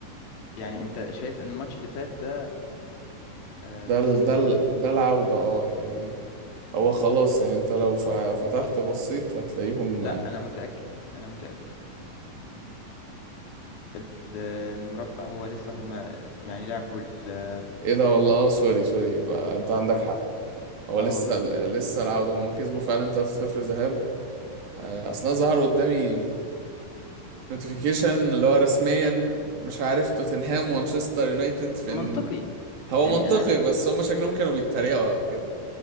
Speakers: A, on the left; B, on the right.
A: يعني انت شايف ان الماتش اللي فات ده آه
B: ده ال...
A: كان
B: ده ال... ده العودة اه يعني هو خلاص يعني أنت لو ف- فتحت بصيت هتلاقيهم
A: لا
B: آه،
A: انا متأكد انا متأكد ال- المربع هو لسه هما يعني لعبوا ال-
B: إيه ده والله اه سوري سوري يبقى أنت عندك حق هو لسه
A: اه
B: ال-
A: يعني
B: لسه العودة هما كسبوا فعلا 3-0 ذهاب آه، أصلا ظهر قدامي نوتيفيكيشن اللي هو رسميا مش عارف توتنهام ومانشستر يونايتد في
A: منطقي
B: هو
A: يعني
B: منطقي
A: انا عايز اقول
B: بس
A: لك
B: هم شكلهم كانوا بيتريقوا او كده